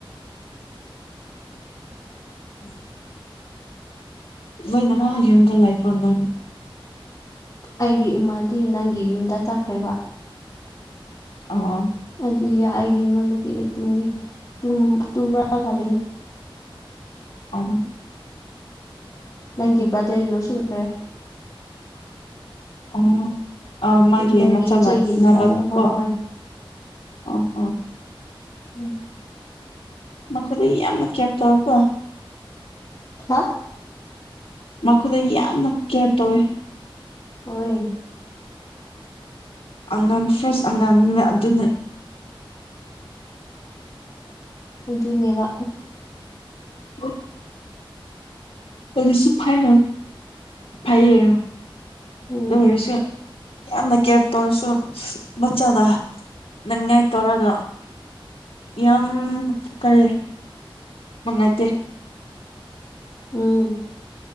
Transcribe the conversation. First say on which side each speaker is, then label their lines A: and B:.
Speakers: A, on the left; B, on the left.
A: ꯎꯝ ꯂꯣꯏꯅꯃꯛ ꯌꯨꯝꯗ ꯂꯥꯏ ꯄ꯭ꯔꯣꯝꯗꯝ
B: ꯑꯩꯒꯤ ꯏꯃꯥꯗꯤ ꯅꯪꯒꯤ ꯌꯨꯝꯗ ꯆꯠꯈ꯭ꯔꯦꯕ
A: ꯑꯣ
B: ꯑꯗꯨꯒꯤ ꯑꯩꯒꯤ ꯏꯃꯥ ꯅꯨꯨꯄꯤꯗ ꯇꯨꯝ ꯇꯨꯝꯕꯥ ꯈꯜꯂ
A: ꯑ
B: ꯅꯪꯒꯤ ꯕ꯭ꯔꯥꯗꯔꯤꯅꯣ ꯁꯨꯂꯈ꯭ꯔꯦ
A: ꯎ ꯑ ꯃꯥꯒꯤ
B: ꯅꯪꯒꯤ
A: ꯃꯆꯥꯏ
B: ꯏꯆꯦꯒꯤ ꯅꯨꯄꯥꯗꯣ
A: ꯅꯥꯕꯛ
B: ꯍꯣꯏ
A: ꯀꯣ ꯑ ꯑ
B: ꯎꯝ
A: ꯃꯈ ꯃꯈꯣꯏꯗ ꯌꯥꯝ ꯅ ꯀꯦ ꯇ ꯀ
B: ꯍꯥ
A: ꯃꯈꯣꯏꯗ ꯌꯥꯝꯅ ꯀꯦꯌꯔ ꯇꯧꯋꯦ
B: ꯑꯣꯏ
A: ꯑꯉꯝ ꯐ꯭ꯔꯦꯁ ꯑꯉꯥꯡꯅ ꯑꯗꯨꯅꯦ
B: ꯃꯨꯅꯦꯕ
A: ꯑꯣ ꯑꯗꯨꯁꯨ ꯐꯩ ꯐꯩꯌꯦ
B: ꯎꯝ
A: ꯑꯣꯏꯔꯁꯨ ꯌꯥꯝꯅ ꯀꯦꯌꯔ ꯇꯧꯔꯁꯨ ꯃꯆꯥꯗ ꯅꯪꯉꯥꯏ ꯇꯧꯔꯒ ꯌꯥꯝ ꯀꯔꯤ ꯅꯨꯡꯉꯥꯏꯇꯦ
B: ꯎꯝ